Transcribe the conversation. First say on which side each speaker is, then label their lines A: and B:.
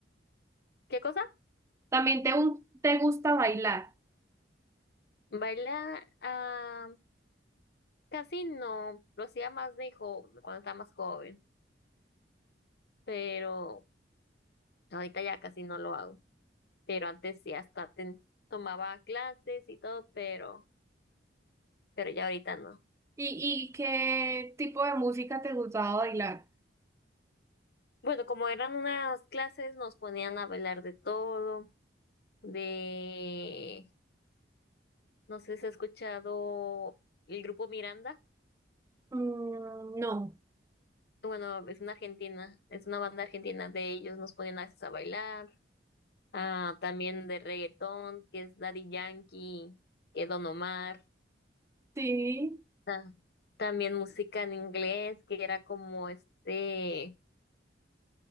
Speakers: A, on the left; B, on the right.
A: ¿qué cosa?
B: también te, gu- te gusta bailar.
A: Baila, ah, Casi no, lo hacía más de joven, cuando estaba más joven, pero ahorita ya casi no lo hago. Pero antes sí hasta ten- tomaba clases y todo, pero, pero ya ahorita no.
B: ¿Y, y qué tipo de música te gustaba bailar?
A: Bueno, como eran unas clases, nos ponían a bailar de todo, de, no sé si has escuchado el grupo Miranda.
B: Mm, no.
A: Bueno, es una argentina, es una banda argentina de ellos, nos ponían a veces a bailar, ah, también de reggaetón, que es Daddy Yankee, que Don Omar.
B: Sí.
A: Ta- También música en inglés, que era como este